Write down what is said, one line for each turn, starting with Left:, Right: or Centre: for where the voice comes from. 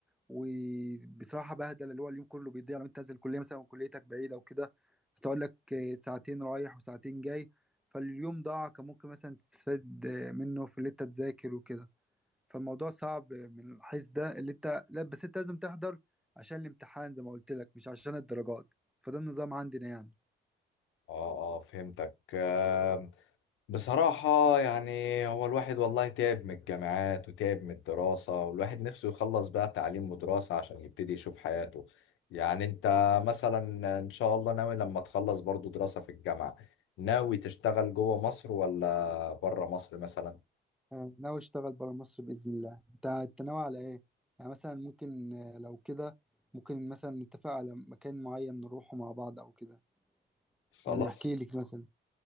Centre: وبصراحة بهدل اللي هو اليوم كله بيضيع لو أنت نازل الكلية مثلا وكليتك بعيدة وكده هتقعد لك آه، ساعتين رايح وساعتين جاي فاليوم ضاع كان ممكن مثلا تستفاد آه، منه في اللي أنت تذاكر وكده فالموضوع صعب آه، من الحيث ده اللي أنت لا بس أنت لازم تحضر عشان الامتحان زي ما قلت لك مش عشان الدرجات فده النظام عندنا يعني
Left: اه فهمتك آه، بصراحة يعني هو الواحد والله تعب من الجامعات وتعب من الدراسة والواحد نفسه يخلص بقى تعليم ودراسة عشان يبتدي يشوف حياته يعني انت مثلا ان شاء الله ناوي لما تخلص برضو دراسة في الجامعة ناوي تشتغل جوه مصر ولا بره مصر مثلا
Centre: آه، ناوي اشتغل برا مصر باذن الله انت أنت ناوي على ايه يعني مثلا ممكن آه، لو كده ممكن مثلا نتفق على مكان معين نروحه مع بعض او كده
Left: خلاص
Centre: يعني احكي لك مثلا